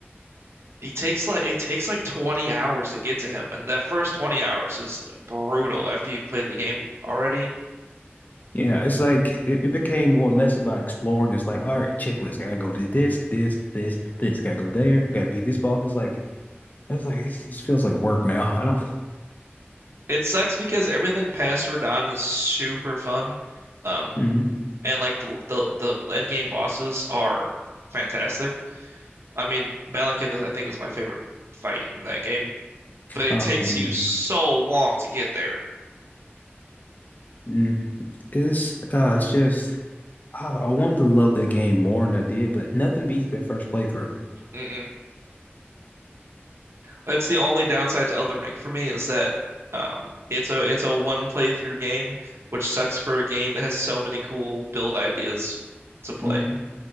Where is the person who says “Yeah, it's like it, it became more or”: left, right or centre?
Left